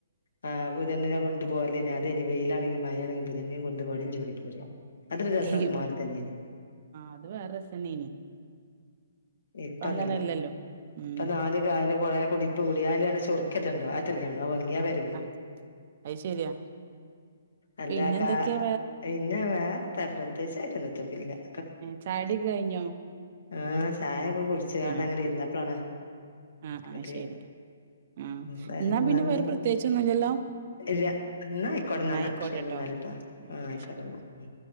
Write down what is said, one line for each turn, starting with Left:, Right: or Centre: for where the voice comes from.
Left: ആ പുതെന്തിനകൊണ്ട് പോവല് നിഅതേനി വെയിലാണെങ്കിം മയയാണെങ്കിം പുതെനെംകൊണ്ട് കൊടേംചൂടി പോര അത് ഒരു രസം
Right: ആഹ്
Left: മാതിരി അരുണ്
Right: അത് വേറെ രസന്നേനി
Left: ഇപ്പതല്ല
Right: ഇപ്പ അങ്ങനല്ലല്ലോ ഉം
Left: പ്പ നാല് കാലും കുറെ കുടിപ്പ് കൂടി <unintelligible> <unintelligible> വരവ്
Right: ആ അത് ശരിയാ
Left: അല്ല
Right: പിന്നെ
Left: വേറെ
Right: എന്തൊക്കെയാ
Left: എന്താ പ്രത്യേകിച്ച് <unintelligible>
Right: ചായ കുടി കഴിഞ്ഞോ
Left: ആ ചായ ഒകെ <unintelligible> കുടിച്ചാണ്
Right: ആഹ്
Left: അങ്ങനെ ഇരുന്നപ്പ്ളാണ്
Right: ആഹ് ആഹ്
Left: മറ്റേ
Right: ശരി ആഹ്
Left: വേറെന്നാ
Right: എന്നാ പിന്നെ
Left: പിന്നന്ന
Right: വേറെ പ്രത്യേകിച്ചൊന്നുംല്ലല്ലോ
Left: ല്ല ന്നായ്ക്കോട്ടന്നാ
Right: ഉം ആയിക്കോട്ടെട്ടോ
Left: ന്നാ ശരി എന്നാലട്ടാ
Right: ഉം
Left: ആ ആയ്ക്കോട്ടന്നാ
Right: ശരി
Left: ഉം